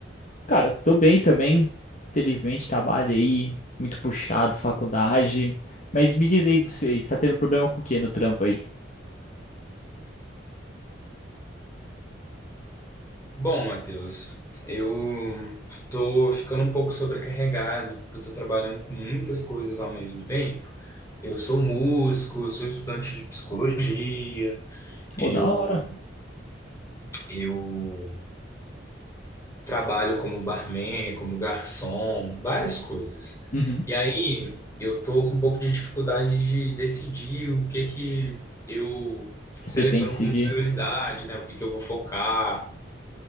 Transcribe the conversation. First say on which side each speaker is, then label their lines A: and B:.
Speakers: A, on the left; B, on the left.
A: Cara, tô bem também. Felizmente, trabalho aí, muito puxado, faculdade. Mas me diz aí do seu aí, você tá tendo problema com o quê no trampo aí?
B: Bom, Matheus, eu tô ficando um pouco sobrecarregado, porque eu tô trabalhando com muitas coisas ao mesmo tempo. Eu sou músico, eu sou estudante de psicologia, eu
A: Ô, da hora.
B: eu Trabalho como barman, como garçom, várias coisas.
A: Uhum.
B: E aí eu tô com um pouco de dificuldade de decidir o que que eu
A: Você
B: seleciono
A: pretende seguir?
B: como prioridade, né? O que que eu vou focar.